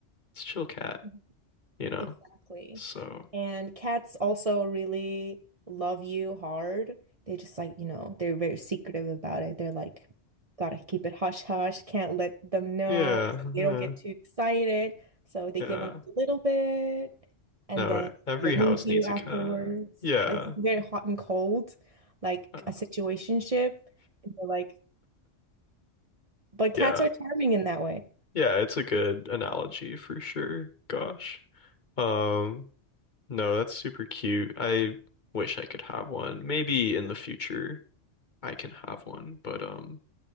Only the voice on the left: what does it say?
It's chill cat,
you know.
So,
yeah,
yeah,
yeah.
No,
every
house
needs
a cat. Yeah.
Uh,
Yeah.
Yeah, it's a good analogy for sure. Gosh. Um, no, that's super cute. I wish I could have one. Maybe in the future I can have one, but um